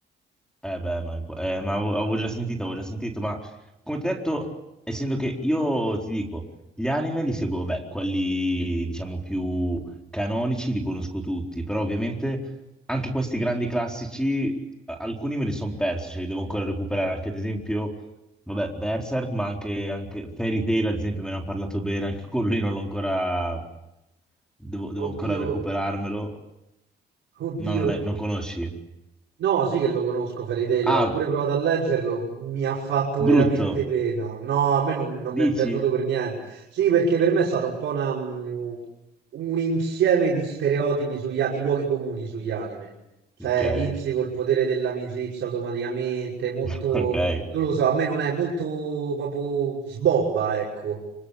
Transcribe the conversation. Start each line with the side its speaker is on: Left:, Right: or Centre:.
Centre: Eh beh, ma, eh, ma avevo avevo già sentito, avevo già sentito, ma come ti ho detto, essendo che io ti dico, gli anime li seguo, beh, quelli diciamo più canonici li conosco tutti, però ovviamente anche questi grandi classici, eh, alcuni me li sono persi, cioè li devo ancora recuperare, anche ad esempio, vabbè, Berserk, ma anche, anche Fairy Tail, ad esempio, me ne hanno parlato bene, anche quello io non l'ho ancora, devo, devo
Right: Oddio,
Centre: ancora recuperarmelo,
Right: oddio.
Centre: no, non, è- non conosci?
Right: No, sì che lo conosco, Fairy Tail,
Centre: Ah,
Right: l'ho pure provato a leggerlo, mi ha fatto
Centre: brutto,
Right: veramente pena. No, a me non, non
Centre: dici?
Right: mi è piaciuto per niente. Sì, perché per me è stata un po' una, mh, un insieme di stereotipi sugli, a- di luoghi comuni sugli anime. Cioè,
Centre: Ok.
Right: vinci col potere dell'amicizia automaticamente, molto,
Centre: <laughs> Ok.
Right: non lo so, a me non è molto proprio sbobba, ecco.